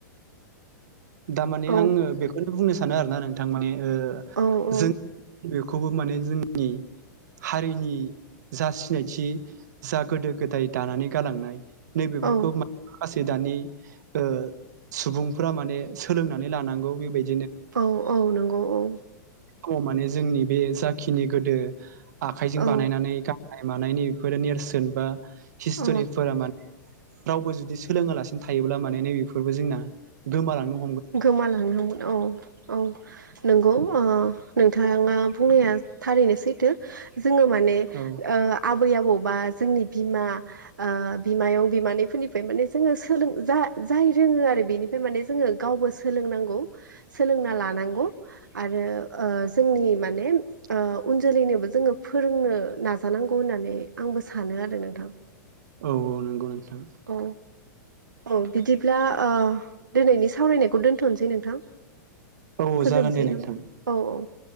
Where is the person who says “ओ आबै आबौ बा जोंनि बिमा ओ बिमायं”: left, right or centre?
Right